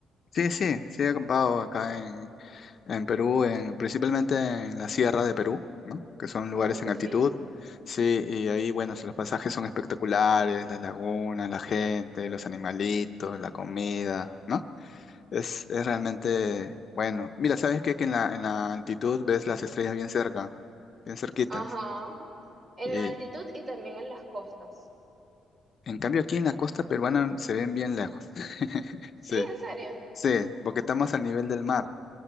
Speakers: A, on the left; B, on the right.
A: Sí, sí, sí he acampado acá en, en Perú, en, principalmente en la sierra de Perú, ¿no? Que son lugares
B: Ay, qué
A: en altitud.
B: fino.
A: Sí, y ahí, bueno, los pasajes son espectaculares, las lagunas, la gente, los animalitos, la comida, ¿no? Es, es realmente bueno. Mira, ¿sabes qué? Que en la, en la altitud ves las estrellas bien cerca, bien cerquitas.
B: Ajá. En
A: Y
B: la altitud y también en las costas.
A: en cambio aquí en la costa peruana se ven bien lejos. <laughs>
B: Sí,
A: Sí,
B: en serio.
A: sí, porque estamos al nivel del mar.